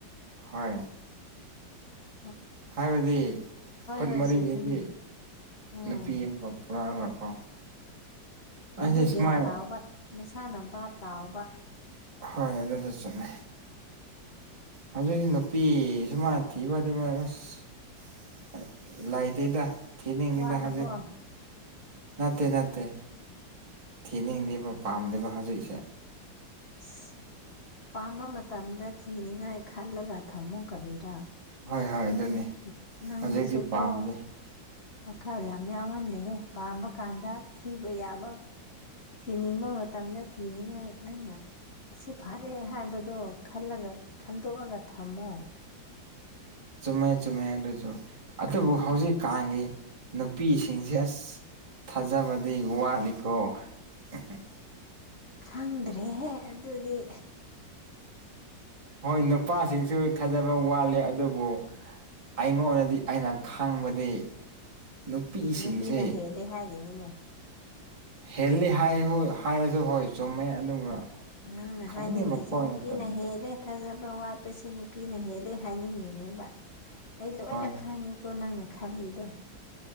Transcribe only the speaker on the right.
ꯍ
ꯍꯥꯏꯕꯗꯤ ꯈꯨꯠ
ꯃꯔꯤ
ꯍꯥꯏꯗꯤ
ꯅꯨꯄꯤ ꯑꯃꯒ ꯄꯨꯔꯛꯑꯒꯀꯣ ꯑꯩꯁꯦ
ꯁꯨꯃꯥꯏꯅ
ꯍꯣꯏ ꯑꯗꯨꯗ ꯆꯨꯝꯉ ꯍꯧꯖꯤꯛꯇꯛꯇꯤ ꯅꯨꯄꯤ ꯁꯨꯃꯅ ꯊꯤꯕ ꯑꯗꯨꯒ ꯑꯁ ꯂꯥꯏꯠ ꯗ ꯊꯗ
ꯍꯥꯏ ꯅꯠꯇꯦ ꯅꯠꯇꯦ ꯊꯦꯅꯤꯡꯂꯤꯕ ꯄꯥꯝꯗꯦꯕ ꯍꯧꯖꯤꯛꯁꯦ
ꯍꯣꯏ ꯍꯣꯏ ꯑꯗꯨꯅꯤ
ꯍꯧꯖꯤꯛꯇꯤ ꯄꯥꯝꯗꯦ
ꯆꯨꯝꯃꯦ ꯆꯨꯝꯃꯦ ꯑꯗꯨꯁꯨ ꯑꯗꯨꯕꯨ ꯍꯧꯖꯤꯛꯀꯥꯟꯒꯤ ꯅꯨꯄꯤꯁꯤꯡꯁꯦ ꯑꯁ ꯊꯥꯖꯕꯗꯤ ꯋꯥꯠꯂꯤꯀꯣ ꯎꯝ ꯎꯝ
ꯍꯣꯏ ꯅꯨꯄꯥꯁꯤꯡꯁꯨ ꯊꯥꯖꯕ ꯋꯥꯠꯂꯦ ꯑꯗꯨꯕꯨ ꯑꯩꯉꯣꯟꯗꯗꯤ ꯑꯩꯅ ꯈꯪꯕꯗꯤ ꯅꯨꯄꯤꯁꯤꯡꯁꯦ
ꯍꯦꯜꯂꯤ ꯍꯥꯏ ꯍꯥꯏꯔꯁꯨ ꯍꯣꯏ ꯆꯨꯝꯃꯦ ꯑꯗꯨꯒ
ꯈꯪꯗꯦ
ꯃꯈꯣꯏꯅ
ꯇꯧꯔꯤꯁꯦ
ꯍꯣꯏ